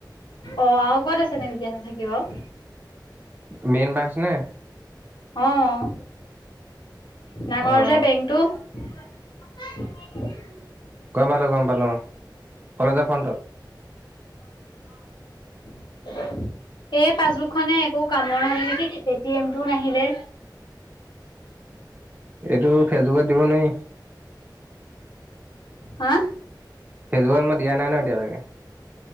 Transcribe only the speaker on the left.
অ', আৰু ক'ত আছে নেকি এনেকে থাকিব।
অহঁ', ডাঙৰ
যে বেংটো <unintelligible>
উ <unintelligible> এই পাছবুক খনে একো কাম বন হলে নে কি এটিয়েমটো নাহিলে
হাঁ।